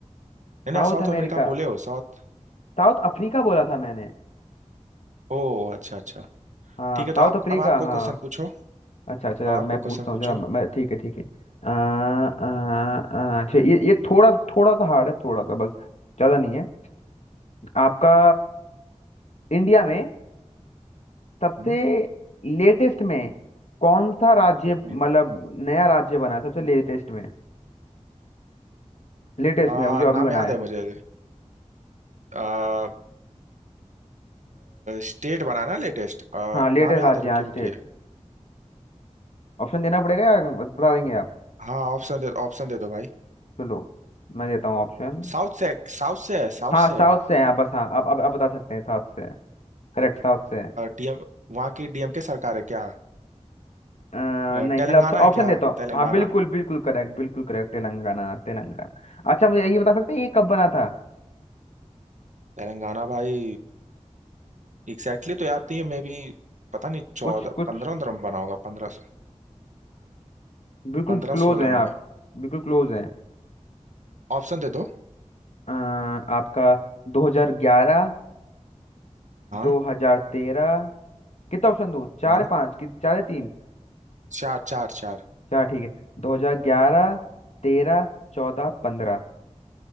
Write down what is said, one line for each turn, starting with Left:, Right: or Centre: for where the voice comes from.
Right: नहीं
Left: साउथ
Right: नहीं साउथ
Left: अमेरिका
Right: अफ्रीका बोले हो साउथ
Left: साउथ अफ्रीका बोला था मैंने
Right: ओ अच्छा अच्छा
Left: हाँ
Right: ठीक है तो
Left: साउथ
Right: आप
Left: अफ्रीका
Right: अब आप कोई
Left: हाँ
Right: क्वेश्चन पूछो
Left: अच्छा अच्छा जरा
Right: अब आप
Left: मैं
Right: कोई
Left: पूछता
Right: क्वेश्चन
Left: हूँ
Right: पूछो
Left: जरा मैं ठीक है ठीक है आ, आ, आ, अच्छा ये ये थोड़ा थोड़ा सा हार्ड है थोड़ा सा बस ज़्यादा नहीं है आपका इंडिया में सबसे
Right: हम्म,
Left: लेटेस्ट में कौन सा राज्य
Right: हम्म।
Left: मतलब नया राज्य बना है सबसे लेटेस्ट में लेटेस्ट
Right: आ,
Left: में अभी जो अभी
Right: नाम
Left: बना
Right: याद
Left: है
Right: है मुझे आ, स्टेट बनाना लेटेस्ट
Left: हाँ लेटेस्ट
Right: नाम याद
Left: राज्य
Right: है
Left: हाँ
Right: रुकिए
Left: स्टेट
Right: रुकिए
Left: ऑप्शन देना पड़ेगा या बता देंगे आप
Right: हाँ ऑप्शन दे ऑप्शन दे दो भाई
Left: चलो मैं देता हूँ ऑप्शन
Right: साउथ से साउथ से है साउथ
Left: हाँ
Right: से
Left: साउथ
Right: है
Left: से है आप बस हाँ आप अब आप बता सकते हैं साउथ से करेक्ट साउथ से है।
Right: डीएम वहाँ की डीएम के सरकार है क्या
Left: अ,
Right: अ,
Left: नहीं
Right: तेलंगाना
Left: चलो ऑप्शन ऑप्शन
Right: है क्या
Left: देता हूँ
Right: तेलंगाना
Left: हाँ बिल्कुल बिल्कुल करेक्ट बिल्कुल करेक्ट तेलंगाना तेलंगाना अच्छा मुझे ये बता सकते हैं ये कब बना था
Right: तेलंगाना भाई एग्जैक्टली exactly तो याद नहीं है मे भी पता नहीं चौदह
Left: कुछ कुछ
Right: पंद्रह पंद्रह में बना होगा पंद्रह
Left: बिल्कुल
Right: पंद्रह
Left: क्लोज
Right: सोलह
Left: हैं
Right: में
Left: आप बिल्कुल क्लोज हैं
Right: ऑप्शन दे दो
Left: अ, आपका 2011
Right: हाँ
Left: 2013 कितना ऑप्शन दूँ चार
Right: हाँ
Left: या पाँच कि चार या तीन
Right: चार चार चार
Left: चार ठीक है 2011 13 14 15